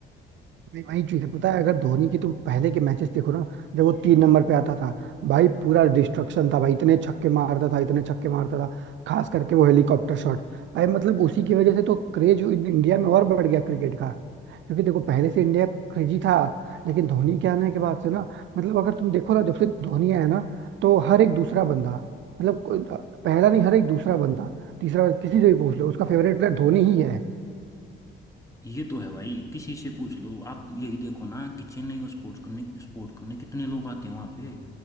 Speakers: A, on the right (about 70°); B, on the left (about 15°).
A: नहीं, वही चीज है पता है अगर धोनी की तुम पहले के मैचेस देखो ना जब वो तीन नंबर पे आता था भाई पूरा डिस्ट्रक्शन था भाई इतने छक्के मारता था इतने छक्के मारता था खास करके वो हेलीकॉप्टर शॉट भाई मतलब उसी की वजह से तो क्रेज इंडिया में और बढ़ गया क्रिकेट का क्योंकि देखो पहले से इंडिया क्रेजी था लेकिन धोनी के आने के बाद से ना मतलब अगर तुम देखो ना जब से धोनी आया ना तो हर एक दूसरा बंदा मतलब कोई- पहला नहीं हर एक दूसरा बंदा तीसरा किसी से भी पूछ लो उसका फेवरेट प्लेयर धोनी ही है
B: ये तो है भाई किसी से पूछ लो आप यही देखो ना कि चेन्नई को सपोर्ट करने सपोर्ट करने कितने लोग आते हैं वहां पे